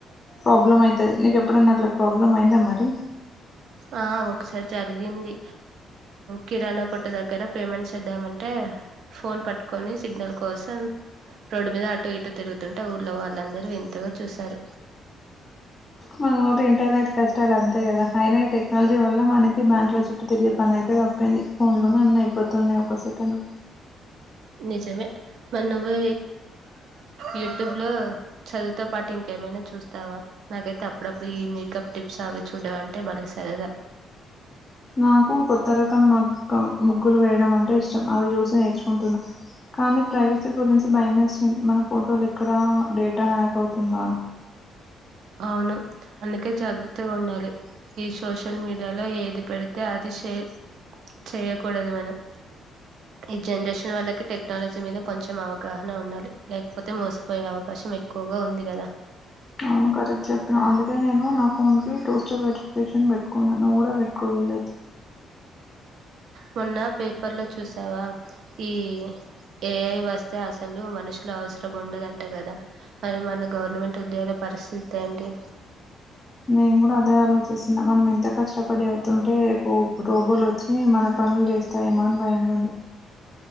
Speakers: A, on the left; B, on the right.
A: ప్రాబ్లమ్ అయితది నీక ఎప్పుడున్నట్ల ప్రాబ్లం అయిందా మరి
B: ఆ ఒకసారి జరిగింది కిరాణా కొట్టు దగ్గర పేమెంట్ చేద్దామంటే ఫోన్ పట్టుకొని సిగ్నల్ కోసం రోడ్డు మీద అటూ ఇటూ తిరుగుతుంటే ఊర్లో వాళ్ళందరూ వింతగా చూశారు
A: మన ఊరి ఇంటర్నెట్ కష్టాలు అంతే కదా అయిన టెక్నాలజీ వల్ల ఇల మనకి బ్యాంక్ లో చుట్టూ తిరిగే పని అయితే తప్పింది ఫోన్ లోనే అన్న అయిపోతున్నాయి ఒక సెకండ్
B: నిజేమ వన్ వ యూట్యూబ్ లో చదువుతో పాటు ఇంకేమైనా చూస్తావా నాకైతే అప్పుడప్పుడు ఈ మేకప్ టిప్ సో అవి చూడ్డమంటే బలే సరదా
A: నాకు కొత్త రకం మగ్గ ముగ్గులు వేయడం అంటే ఇష్టం అవి చూసి నేర్చుకుంటున్నా కానీ ప్రైవసీ గురించి భయ వేస్ మన ఫోటోలు ఎక్కడ డేటా హ్యాక్ అవుతుందో అని
B: అవును అందుకే జాగ్రత్తగా ఉండాలి ఈ సోషల్ మీడియాలో ఏది పెడితే అది షే చేయకూడదు మనం ఈ జనరేషన్ వాళ్ళకి టెక్నాలజీ మీద కొంచం అవగాహన ఉండాలి లేకపోతే మోసపోయే అవకా షం ఎక్కువగా ఉంది కదా
A: అవును కరెక్ట్ చెప్ అందుకే నేను నా ఫోన్ కి టో స్టెప్ వెరిఫికేషన్ పెట్టుకున్నాను నువ్వు కూడా పెట్టుకో వీలైతే
B: మొన్న పేపర్ లో చూసావా ఈ ఏ అవి వస్తే అసలు మనుషులు అవసరం ఉండదంట కదా మరి మన గవర్నమెంట్ ఉద్యోగుల పరిస్థితి ఏంటి
A: నేను కూడా అదే ఆలోచిస్తున్నా మనం ఎంత కష్టపడి అవుతుంటే రేపు రోబోలు వచ్చి మన పనులు చేస్తాయేమో అని భయంగుంది